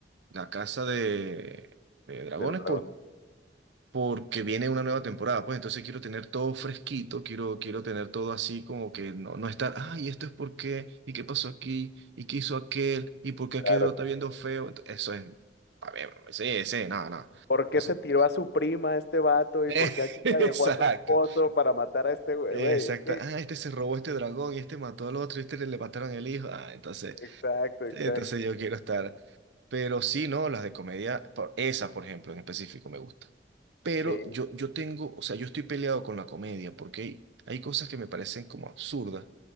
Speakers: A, on the right (about 85°); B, on the left (about 65°).
A: la casa de, de dragones,
B: de los dragones,
A: porque viene una nueva temporada, pues entonces quiero tener todo fresquito, quiero, quiero tener todo así como que no, no estar, ay, esto es por qué, y qué pasó aquí, y qué hizo aquel, y por qué
B: claro.
A: aquel lo está viendo feo, Ent- eso es, a ver, sí, sí, no, no.
B: ¿Por qué
A: Entonces,
B: se
A: por
B: tiró
A: eso.
B: a su prima este vato
A: <laughs>
B: y por qué aquella
A: Exacto,
B: dejó a su esposo para matar a este güey?
A: exacto.
B: Güey, Es que,
A: Ah, este se robó este dragón y este mató al otro y este le, le mataron el hijo. Ah, entonces,
B: exacto, exacto.
A: entonces yo quiero estar. Pero sí, no, las de comedia, por, esas, por ejemplo, en específico me gustan. Pero
B: Sí,
A: yo, yo tengo, o sea, yo estoy peleado con la comedia porque hay, hay cosas que me parecen como absurdas